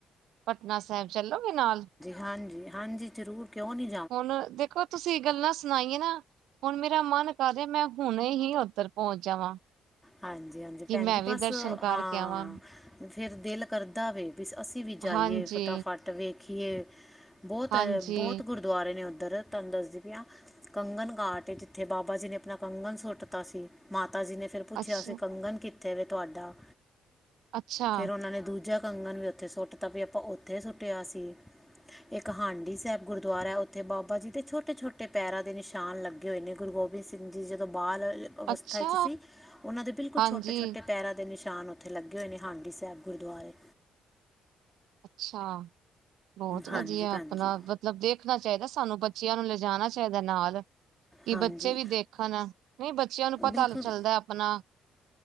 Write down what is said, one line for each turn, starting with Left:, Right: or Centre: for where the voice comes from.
Right: ਪਟਨਾ ਸਾਹਿਬ ਚੱਲੋਗੇ ਨਾਲ।
Centre: ਹਾਂਜੀ-ਹਾਂਜੀ, ਜਰੂਰ ਕਿਉਂ ਨੀ।
Right: ਹੁਣ ਦੇਖੋ ਤੁਸੀਂ ਗੱਲਾਂ ਸੁਣਾਈਏ ਨਾ ਹੁਣ ਮੇਰਾ ਮਨ ਕਰਰਿਆ ਮੈਂ ਹੁਣੇ ਹੀ ਉੱਧਰ ਪਹੁੰਚ ਜਾਵਾਂ।
Centre: ਹਾਂਜੀ-ਹਾਂਜੀ
Right: ਕਿ
Centre: ਭੈਣ
Right: ਮੈਂ
Centre: ਜੀ
Right: ਵੀ
Centre: ਬਸ
Right: ਦਰਸ਼ਨ ਕਰਕੇ
Centre: ਹਾਂ।
Right: ਆਵਾਂ
Centre: ਫਿਰ ਦਿਲ ਕਰਦਾ ਵੇ ਵੀ ਅਸੀਂ ਵੀ ਜਾਈਏ
Right: ਹਾਂਜੀ
Centre: ਫਟਾ-ਫਟ ਵੇਖ ਖੀਏ ਬਹੁਤ-
Right: ਹਾਂਜੀ
Centre: ਬਹੁਤ ਗੁਰਦੁਆਰੇ ਨੇ ਉੱਧਰ ਤੁਹਾਨੂੰ ਦੱਸਦੀ ਪਿਆ। ਕੰਗਨ ਘਾਟ ਏ ਜਿੱਥੇ ਬਾਬਾ ਜੀ ਨੇ ਆਪਣਾ ਕੰਗਣ ਸੁੱਟਤਾ ਸੀ ਮਾਤਾ ਜੀ ਨੇ ਫਿਰ ਪੁੱਛਿਆ
Right: ਅੱਛਾ
Centre: ਸੀ ਕੰਗਣ ਕਿੱਥੇ ਵੇ ਤੁਹਾਡਾ
Right: ਅੱਛਾ
Centre: ਫੇਿਰ ਉਹਨਾਂ ਨੇ ਦੂਜਾ ਕੰਗਣ ਵੀ ਉ ਉੱਥੇ ਸੁੱਟ ਤਾਂ ਵੀ ਆਪਾਂ ਉੱਥੇ ਸੁਟਿਆ ਸੀ। ਇੱਕ ਹਾਂਡੀ ਸਾਹਿਬ ਗੁਰਦੁਆਰਾ ਹੈ ਉੱਥੇ ਬਾਬਾ ਜੀ ਦੇ ਛੋਟੇ-ਛੋਟੇ ਪੈਰਾਂ ਦੇ ਨਿਸ਼ਾਨ ਲੱਗੇ ਹੋਏ ਨੇ ਗੁਰੂ ਗੋਬਿੰਦ ਸਿੰਘ ਸਿੰਘ ਜੀ ਜਦੋਂ ਬਾਲ ਅਵਸਥਾ
Right: ਅੱਛਾ
Centre: ਚ ਸੀ ਉਨਾਂ ਦੇ ਬਿਲਕੁਲ
Right: ਹਾਂਜੀ
Centre: ਛੋਟੇ-ਛੋਟੇ ਪੈਰਾਂ ਦੇ ਨਿਸ਼ਾਨ ਉੱਥੇ ਲੱਗੇ ਹੋਏ ਨੇ ਹਾਂਡੀ ਸਾਹਿਬ ਗੁਰਦੁਆਰੇ।
Right: ਅੱਛਾ, ਬਹੁਤ ਵਧੀਆ
Centre: ਹਾਂਜੀ ਭੈਣ
Right: ਆਪਣਾ
Centre: ਜੀ।
Right: ਮਤਲਬ ਦੇਖਣਾ ਚਾਹੀਦਾ ਸਾਨੂੰ ਬੱਚਿਆਂ ਨੂੰ ਲਿਜਾਣਾ ਚਾਹੀਦਾ ਨਾਲ ਕਿ
Centre: ਹਾਂਜੀ
Right: ਬੱਚੇ ਵੀ ਦੇਖਣ ਨੀ ਬੱਚਿਆਂ ਨੂੰ
Centre: ਬਿਲਕੁਲ
Right: ਪਤਾ ਚੱਲਦਾ ਆਪਣਾ